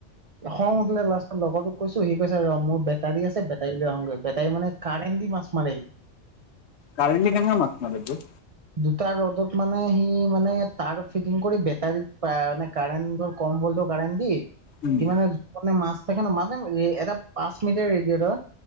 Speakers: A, on the right; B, on the left.
A: খং উঠিলে লাষ্টত লগৰ তোক কৈছো সি কৈছে ৰ মোৰ বেটাৰী আছে বেটাৰী লৈ আহোগৈ বেটাৰী মানে কাৰেণ্ট দি মাছ মাৰে হি
B: কাৰেণ্ট দি কেনেকা মাৰে মাছ
A: দুটা ৰ'দত মানে সি মানে তাৰ ফিটিং কৰি বেটাৰীত মানে কাৰেণ্ট ধৰ কম বল ভল্টৰ কাৰেন্ট দি
B: উম
A: সি মানে মাছ থাকে ন মাজ এটা পাঁচ মিটাৰ ৰেদিয়েটৰ